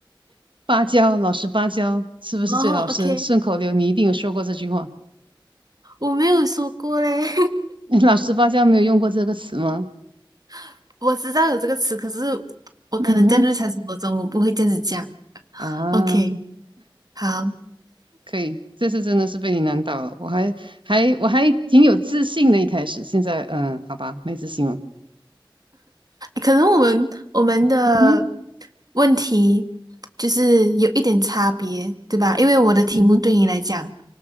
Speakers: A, on the right (about 75°); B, on the right (about 50°).
A: 芭蕉，老实芭蕉，是不是最老实？
B: 哦 OK，
A: 顺口溜你一定有说过这句话。
B: 我没有说过嘞，
A: <laughs> 老实芭蕉没有用过这个词吗？
B: <laughs> 我知道有这个词，可是我可能在日常生活中我不会这样子讲。
A: 嗯哼，啊，
B: OK，好。
A: 可以，这次真的是被你难倒了。我还还我还挺有自信的，一开始，现在嗯，好吧，没自信了。
B: 可能我们我们的
A: 嗯哼，
B: 问题就是有一点差别，对吧？因为我的题目对你来讲，
A: 嗯哼，